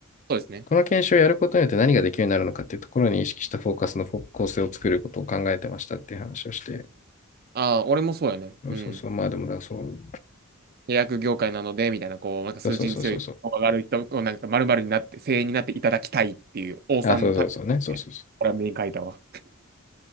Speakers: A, on the right (about 45°); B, on the left (about 35°).
A: そうですね。
B: この研修をやることによって何ができるようになるのかっていうところに意識したフォーカスの構成を作ることを考えてましたっていう話をして、
A: ああ、俺もそうやね。
B: そうそうそう、
A: うん。
B: まあでもだ、そう、
A: 契約業界なので、みたいな、こう、なんか数字に強い、
B: そうそうそうそう、
A: 上がる人、こうなんか丸々になって、精鋭になっていただきたいっていう、王さんた、
B: あ、そうそうそうね、そうそうそ
A: これはメイン書いたわ。